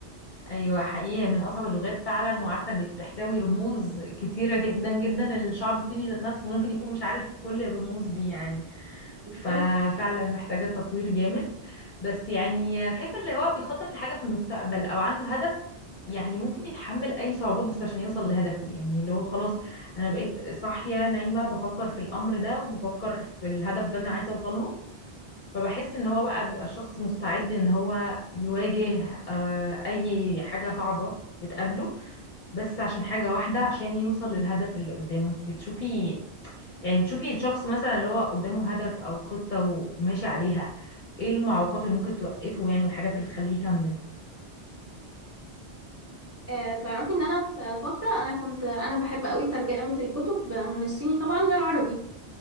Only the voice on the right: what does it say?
بالظبط
آه تعرفي ان انا في فتره انا كنت انا بحب قوي ترجمه الكتب من الصيني طبعا للعربي